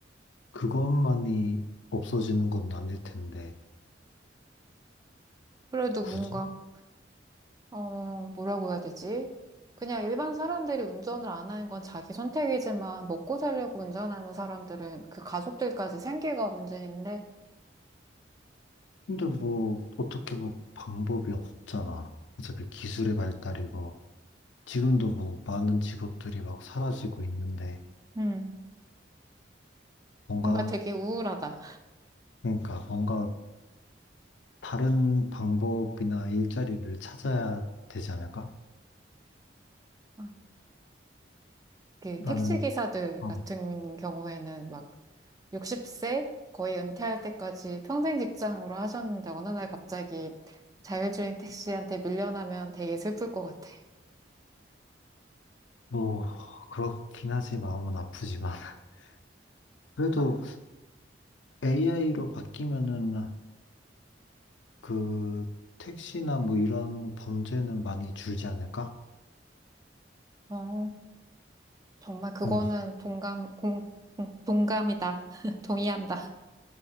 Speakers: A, on the left; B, on the right.
A: 그것만이 없어지는 건 아닐 텐데,
B: 그래도
A: 굳이?
B: 뭔가, 어, 뭐라고 해야 되지? 그냥 일반 사람들이 운전을 안 하는 건 자기 선택이지만 먹고 살려고 운전하는 사람들은 그 가족들까지 생계가 문제인데,
A: 근데 뭐 어떻게 뭐 방법이 없잖아. 어차피 기술의 발달이고 지금도 뭐 많은 직업들이 막 사라지고 있는데
B: 음.
A: 뭔가
B: 뭔가 되게 우울하다.
A: 그러니까 뭔가 다른 방법이나 일자리를 찾아야 되지 않을까?
B: 아. 그
A: 나는
B: 택시 기사들
A: 아,
B: 같은 경우에는 막 60세 거의 은퇴할 때까지 평생 직장으로 하셨는데 어느 날 갑자기 자율주행 택시한테 밀려나면 되게 슬플 것 같아.
A: 뭐 그렇긴 하지 마음은 아프지만 <laughs> 그래도
B: 아.
A: AI로 바뀌면은 그 택시나 뭐 이런 범죄는 많이 줄지 않을까?
B: 어, 정말 그거는
A: 음,
B: 동감, 공, 공- 동감이다. <laughs> 동의한다.